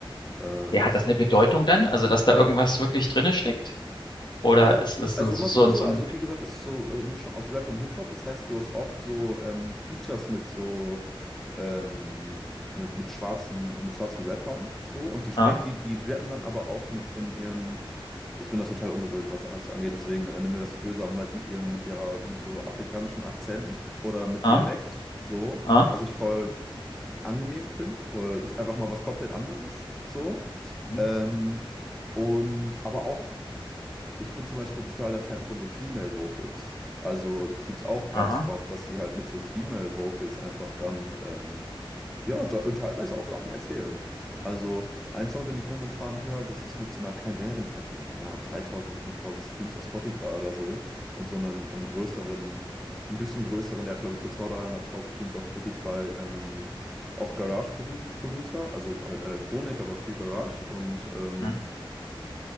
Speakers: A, in the centre; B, on the left (about 55°).
A: Ähm,
B: Ja, hat
A: es,
B: das eine Bedeutung dann? Also, dass da irgendwas wirklich drinne steckt? Oder
A: äh,
B: ist es
A: also
B: so, so,
A: mal
B: so,
A: so, mal
B: ein-
A: so,
B: so
A: also
B: ein.
A: wie gesagt, es ist so eine Mischung aus Rap und Hip-Hop, das heißt, du hast oft so ähm, Features mit so, ähm, mit, mit schwarzen, mit schwarzen Rappern so und die sprechen,
B: Ah,
A: die, die rappen dann aber auch mit in ihren, ich bin da total ungebildet, was das angeht, deswegen äh, nimm mir das nicht böse, aber halt mit ihrem, mit ihrer, mit so afrikanischem Akzent oder mit
B: ah,
A: Dialekt, so.
B: ah,
A: Was ich voll angenehm finde, weil das ist einfach mal was komplett anderes so.
B: hm,
A: Ähm, und aber auch ich bin zum Beispiel total der Fan von so Female Vocals. Also gibt es auch ganz
B: aha,
A: oft, dass die halt mit so Female Vocals einfach dann, ähm, ja, da- und teilweise auch Sachen erzählen. Also ein Song, den ich momentan höre, das ist mit so einer kleinen Sängerin, die hat irgendwie, keine Ahnung, 3000, 5000 Streams auf Spotify oder so und so einem, einem größeren, ein bisschen größeren, der hat glaube ich so 200.000, 300.000 Streams auf Spotify, ähm, auch Garage Produ Producer, also halt Elektronik, aber viel Garage und ähm,
B: hm,